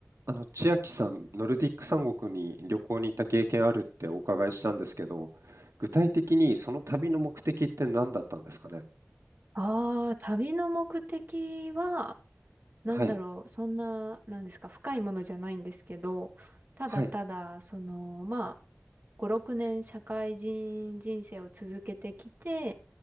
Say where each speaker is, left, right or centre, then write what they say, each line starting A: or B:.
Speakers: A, on the right (about 85°); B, on the right (about 45°).
A: あの、千秋さん、ノルディック三国に旅行に行った経験あるってお伺いしたんですけど、具体的にその旅の目的って何だったんですかね
B: ああ、旅の目的は、なんだろう、
A: はい、
B: そんな、なんですか、深いものじゃないんですけど、ただただ、
A: はい、
B: その、まあ、5、6年社会人人生を続けてきて、